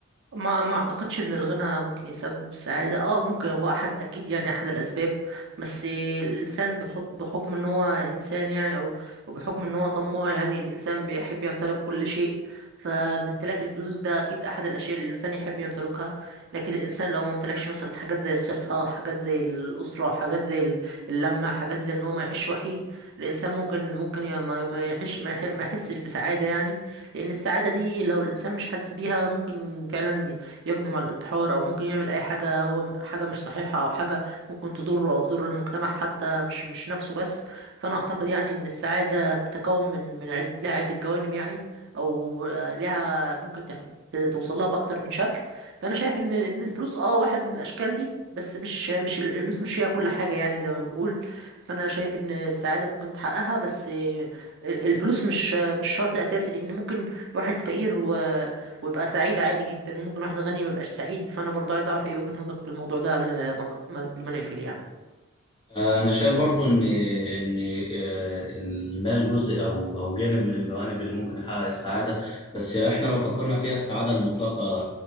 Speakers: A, on the right (about 55°); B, on the left (about 25°).
A: ما ما اعتقدش ان الغنى ممكن يسبب السعاده اه ممكن هو احد اكيد يعني احد الاسباب بس الانسان بحب بحكم ان هو انسان يعني او بحكم ان هو طماع يعني الانسان بيحب يمتلك كل شيء فامتلاك الفلوس ده اكيد احد الاشياء اللي الانسان يحب يمتلكها لكن الانسان لو ما امتلكش مثلا حاجات زي الصحه حاجات زي الاسره حاجات زي ال- اللمه حاجات زي ان هو ما يعيش وحيد الانسان ممكن ممكن ي- ما ما يعيش ما يح- ما يحسش بسعاده يعني لأن السعادة دي لو الإنسان مش حاسس بيها ممكن فعلا يقدم على الانتحار أو ممكن يعمل أي حاجة هو حاجة مش صحيحة أو حاجة ممكن تضره أو تضر المجتمع حتى مش مش نفسه بس فأنا أعتقد يعني إن السعادة بتتكون من من عد... لها عدة جوانب يعني أو لها ممكن تح... توصل لها بأكتر من شكل فأنا شايف إن إن الفلوس أه واحد من الأشكال دي بس مش مش الفلوس مش هي كل حاجة يعني زي ما بنقول فأنا شايف إن السعادة ممكن تحققها بس الفلوس مش مش شرط اساسي لان ممكن واحد فقير و... ويبقى سعيد عادي جدا وممكن واحد غني ما يبقاش سعيد فانا برضه عايز اعرف ايه وجهة نظرك في الموضوع ده قبل ما ما نخ- ما- قبل ما نقفل يعني
B: آه، انا شايف برضو ان ان آه، المال جزء او او جانب من الجوانب اللي ممكن يحقق السعاده بس لو احنا لو فكرنا فيها السعاده المطلقه